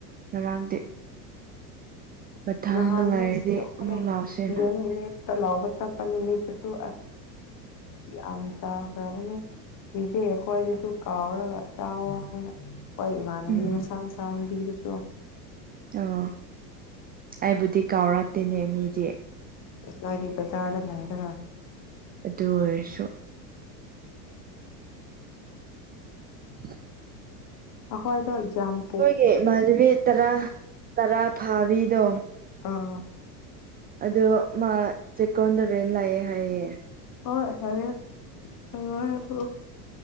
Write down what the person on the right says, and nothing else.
ꯉꯔꯥꯡꯗꯤ ꯃꯊꯥꯡꯗ
ꯂꯥꯏꯔꯗꯤ
ꯑꯃꯨꯛ ꯂꯥꯎꯁꯦꯅ
ꯎꯝ
ꯑꯣ ꯑꯩꯕꯨꯗꯤ ꯀꯥꯎꯔꯛꯇꯦꯅꯦ ꯃꯤꯗꯤ
ꯑꯗꯨ ꯑꯣꯏꯔꯁꯨ <inaudible>
ꯑꯩꯈꯣꯏꯒꯤ ꯃꯕꯤ ꯇꯔꯥ ꯇꯔꯥ ꯐꯥꯕꯤꯗꯣ
ꯑꯗꯣ ꯃꯥ ꯆꯦꯛꯀꯣꯟꯗꯔꯦꯅ ꯂꯥꯛꯑꯦ ꯍꯥꯏꯌꯦ